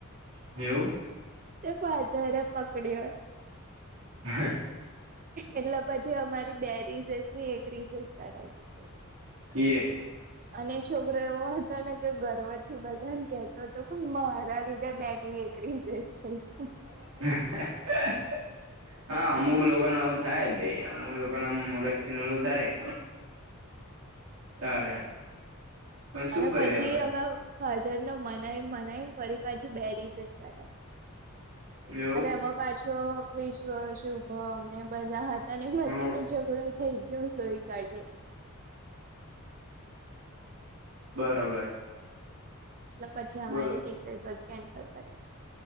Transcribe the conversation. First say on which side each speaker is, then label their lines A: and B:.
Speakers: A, on the right; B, on the right.
A: એવું?
B: તો ફાધરે પકડ્યો યે.
A: હ...
B: એટલે પછી અમારી બે રીસેસની એક રીસેસ કરાઇ દીધેલી.
A: યેએ.
B: અને એ છોકરો એવો હતો ને કે ગર્વથી બધાને કેતોતો કે મારા લીધે બેની એક રીસેસ થઈ છે.
A: હ... હા! અમુક લોકો ન આવું થાય ભાઈ અમુક લોકોના મગજથી <unintelligible> થાય. તારે. પણ શું
B: અને
A: કરે
B: પછી
A: હવે
B: અમે ફાધરને મનાય મનાઈને ફરી પાછી બે રીસેસ કરાઈ.
A: એવું
B: અન એમાં પાછો વિશ્વ, શુભમ ને એ બધા હતાને એ બધાનો
A: હમ
B: ઝઘડો થઈ ગયો તોય. કાઠે.
A: બરોબર.
B: ને પછી અમારી
A: બોલો
B: રીસેસ જ કેન્સલ કરી.